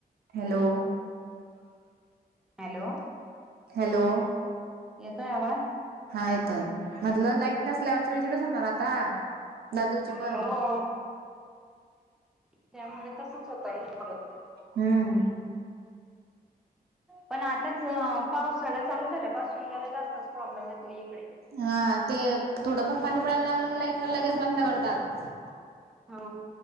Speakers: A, on the right (about 80°); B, in the centre.
A: हॅलो
B: हॅलो,
A: हॅलो
B: येतोय आवाज?
A: हा येतोय मधलं लाईटनसल्यावर चिडचिडच होणार आता दादूची. पण
B: हो त्यामुळे तसच होता येईल परत.
A: हम्म.
B: पण आताच पावसाळा चालू झाल्या पाासून जरा जास्तच प्रॉब्लेम येतो इकडे.
A: हा ते थोडं पण पाणी पडायला लागलं का लाईट लगेच बंद करतात.
B: हो